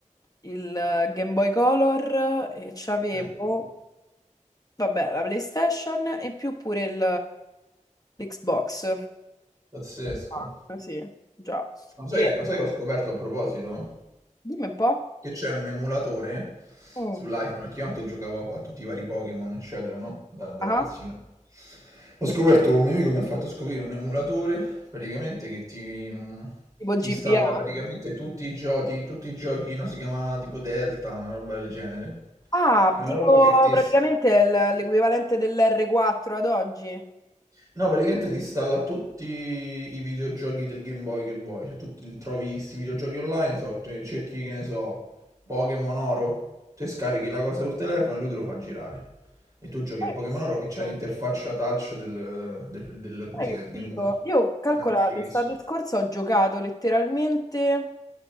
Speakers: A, on the left; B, on the right.
A: il Game Boy Color e c'avevo,
B: Sì.
A: vabbè, la PlayStation e in più pure il- l'Xbox.
B: Pazzesco.
A: Ah, Sì, già.
B: Lo sai
A: E
B: che, lo sai che ho scoperto a proposito?
A: dimmi un po'.
B: Che c'è un emulatore
A: Mm.
B: sull'iPhone, perché io anche giocavo a, a tutti i vari Pokémon, eccetera, no? Da, da
A: Ah.
B: ragazzino. Ho scoperto, un mio amico mi ha fatto scoprire un emulatore, praticamente che ti, mh,
A: Tipo
B: ti
A: GBA?
B: installa praticamente tutti i giochi, tutti i giochi, no? Si chiama tipo Delta, una roba del genere.
A: Ah,
B: È una
A: tipo
B: roba che ti,
A: praticamente è l- l'equivalente dell'R4 ad oggi.
B: No, praticamente ti installa tutti i videogiochi del Game Boy che vuoi, cioè tu ti- trovi questi videogiochi online, so, te- cerchi che ne so, Pokémon Oro, te scarichi la cosa sul telefono e lui te lo fa girare. E tu giochi
A: Guarda
B: a Pokémon
A: che figo.
B: Oro e c'hai l'interfaccia touch del, del- del- come
A: Guarda
B: si chiama,
A: che
B: del
A: figo.
B: Game Boy.
A: Io calcola,
B: No, è fighissimo.
A: l'estate scorsa ho giocato letteralmente